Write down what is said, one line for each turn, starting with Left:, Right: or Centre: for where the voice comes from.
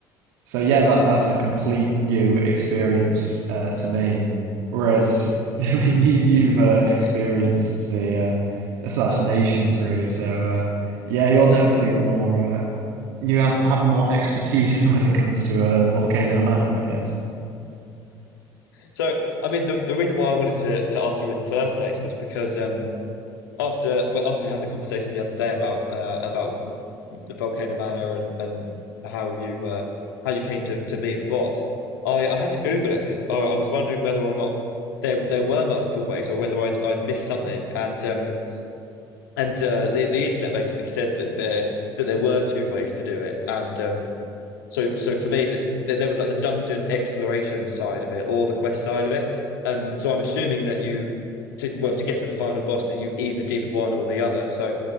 Right: so yeah, that that's a complete new experience uh, to me. Whereas <laughs> I mean, you you've uh, experienced the uh, assassinations really. So uh, yeah, you're definitely the more uh, you have have the more expertise <laughs> when it comes to uh, Volcano Manor, I guess.
Left: So, I mean, the, the reason why I wanted to, to ask you in the first place was because um, after well, after we had the conversation the other day about uh, about the Volcano Manor and, and how you uh, how you came to, to meet the boss, I, I had to Google it because I, I was wondering whether or not there there were multiple ways or whether I'd I'd missed something. And um, and uh, the the internet basically said that there that there were two ways to do it, and um, So, so for me, that th there was like the dungeon exploration side of it, or the quest side of it. Um, so I'm assuming that you, to, well, to get to the final boss, that you either did one or the other. So,